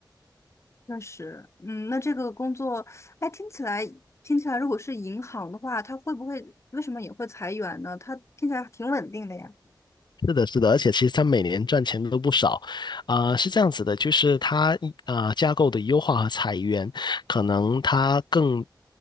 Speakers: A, on the left; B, on the left.
A: 确实，嗯，那这个工作，哎，听起来听起来，如果是银行的话，它会不会为什么也会裁员呢？它听起来挺稳定的呀。
B: 是的，是的，而且其实它每年赚钱都不少，啊、是这样子的，就是它啊架构的优化和裁员，可能它更